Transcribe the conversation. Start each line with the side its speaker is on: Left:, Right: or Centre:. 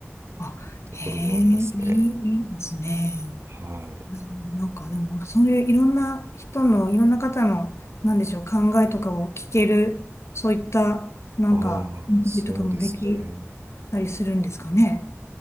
Left: あ、
Right: ところもありますね。
Left: へえ、いい、いいですね。
Right: はい。
Left: うんなんかでも、そういういろんな人の、いろんな方の、なんでしょう、考えとかを聞ける、そういった、なんか、
Right: あ
Left: インタビューとかもでき
Right: あ、そうですね。
Left: たりするんですかね。